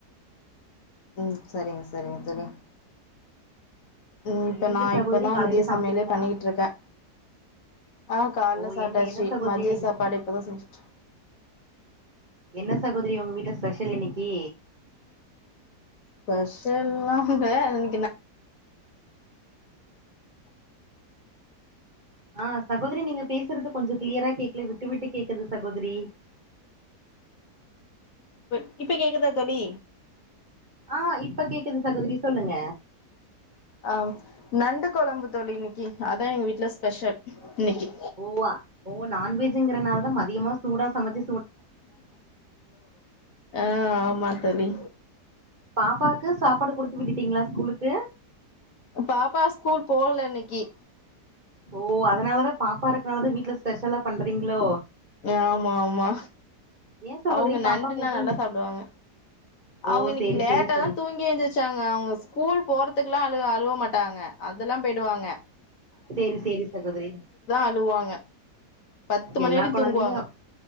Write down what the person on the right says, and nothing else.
நீங்க
சகோதரி
காலையில
சாப்ட்டீங்களா
ஓ
என்ன என்ன சகோதரி
இன்னைக்கு
என்ன சகோதரி உங்க வீட்ட ஸ்பெஷல் இன்னைக்கு
ஆஹ சகோதரி நீங்க பேசுறது கொஞ்ச கிளியரா கேக்கல விட்டு விட்டு கேக்குது சகோதரி
ஆஹ இப்ப கேக்குது சகோதரி சொல்லுங்க
ஓ ஓ நான்வெஜ்ங்கறனால தா மதியமா சூடா சமச்சு
பாப்பாக்கு சாப்பாடு குடுத்து விட்டு விட்டீங்களா ஸ்கூலுக்கு
ஓ அதனாலதான் பாப்பா இருக்கனாலதான் வீட்ல ஸ்பெஷலா பண்றீங்களோ
ஏ சகோதரி
பாப்பாக்கு உடல்
ஓ
சேரி
சேரி சகோ
சேரி சேரி சகோதரி
எல்லா
குழந்தையும்